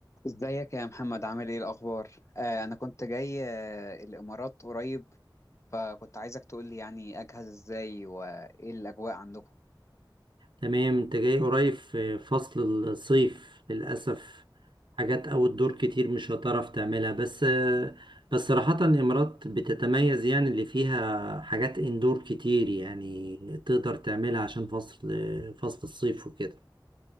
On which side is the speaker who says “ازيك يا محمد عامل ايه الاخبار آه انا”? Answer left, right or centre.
Left